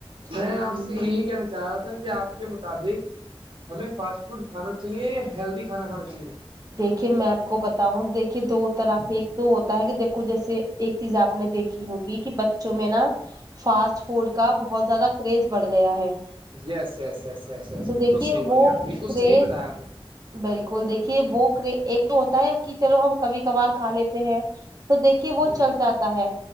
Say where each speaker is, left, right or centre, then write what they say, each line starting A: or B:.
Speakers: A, on the right; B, on the right.
A: جی
B: میں آپ
A: جی
B: سے یہی کہنا چاہ چاہ رہا تھا کہ آپ کے مطابق ہمیں فاسٹ فوڈ کھانا چاہیے یا ہیلدی کھانا کھانا چاہیے
A: دیکھیے میں آپ کو بتاؤں دیکھیے دو طرح کے ایک تو ہوتا ہے کہ دیکھو جیسے ایک چیز آپ نے دیکھی ہوگی کہ بچوں میں نا فاسٹ فوڈ کا بہت زیادہ کریز بڑھ گیا ہے <unintelligible>
B: یس یس یس یس یس
A: تو
B: بالکل
A: دیکھیے
B: صحیح بولے
A: وہ
B: آپ بالکل
A: کریز
B: صحیح بتایا آپ نے
A: بالکل دیکھیے وہ ہوتا ہے کہ چلو ہم کبھی کبار کھا لیتے ہیں تو دیکھیے وہ
B: ہ
A: چلتااتتا
B: ہ
A: ہے